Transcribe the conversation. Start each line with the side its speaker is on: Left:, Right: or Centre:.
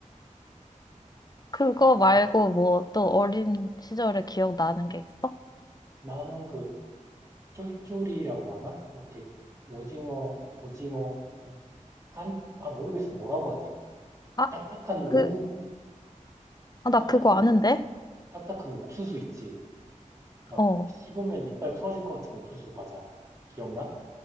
Left: 그거
Right: 아.
Left: 말고 뭐 또 어린 시절에 기억나는 게 있어?
Right: 나는 그 쫄쫄이라고 하나? 이렇게 오징어, 오징어 이런 깐, 아 모르겠어 뭐라고 하지? 그
Left: 아,
Right: 딱딱한 오우,
Left: 그, 아, 나
Right: 딱딱한
Left: 그거 아는데?
Right: 딱딱한 옥수수 있지? 막
Left: 어,
Right: 씹으면 이빨 풀어질 것 같은 옥수수 과자 기억나?